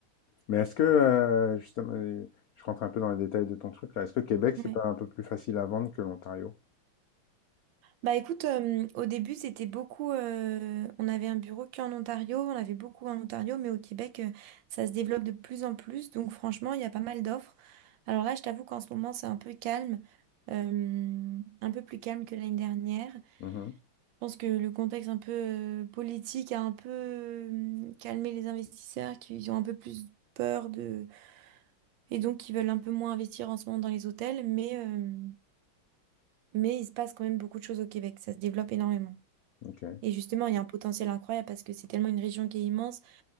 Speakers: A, on the left; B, on the right.
A: Mais est-ce que, euh, justement, euh, je rentre un peu dans les détails de ton truc là, est-ce que Québec, c'est
B: Ouais.
A: pas un peu plus facile à vendre que l'Ontario?
B: Bah écoute, euh, au début c'était beaucoup, euh, on avait un bureau qu'en Ontario, on avait beaucoup en Ontario, mais au Québec euh, ça se développe de plus en plus, donc franchement il y a pas mal d'offres. Alors là je t'avoue qu'en ce moment c'est un peu calme, euh, un peu plus calme que l'année dernière. Je
A: Mhm,
B: pense que le contexte un peu euh, politique a un peu euh, calmé les investisseurs qui ont un peu plus peur de... et donc qui veulent un peu moins investir en ce moment dans les hôtels, mais, euh, mais il se passe quand même beaucoup de choses au Québec, ça se développe énormément.
A: ok.
B: Et justement, il y a un potentiel incroyable parce que c'est tellement une région qui est immense